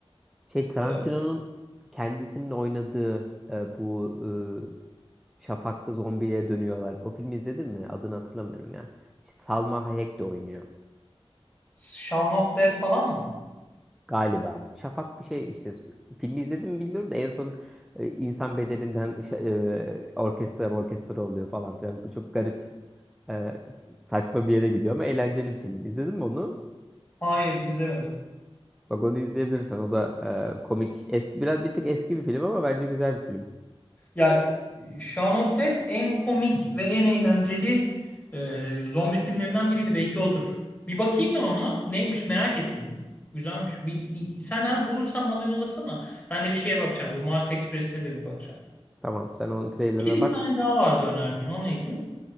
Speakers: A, in the centre; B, on the left (about 15°).
A: Şey Tarantino'nun
B: Ee,
A: kendisinin oynadığı e, bu e, Şafak'ta zombiye dönüyorlar. O filmi izledin mi? Adını hatırlamıyorum ya. Şey, Salma Hayek de oynuyor.
B: Shaun of Dead falan mı?
A: Galiba. Şafak bir şey işte. Filmi izledim mi bilmiyorum da en son e, insan bedelinden şa- e, orkestra orkestra oluyor falan filan. Çok garip e, saçma bir yere gidiyor ama eğlenceli bir film. İzledin mi onu?
B: Hayır izlemedim.
A: Bak onu izleyebilirsin. O da e, komik. Eski biraz bir tık eski bir film ama bence güzel bir film.
B: Ya Shaun of Dead en komik ve en eğlenceli e, zombi filmlerinden biriydi. Belki odur. Bir bakayım ben ona. Neymiş merak ettim. Güzelmiş. Bir, sen eğer bulursan bana yollasana. Ben de bir şeye bakacağım. Bu Mars Express'ine de bir bakacağım.
A: Tamam, sen onun trailerına
B: Bir de bir
A: bak.
B: tane daha vardı önerdiğin. O neydi?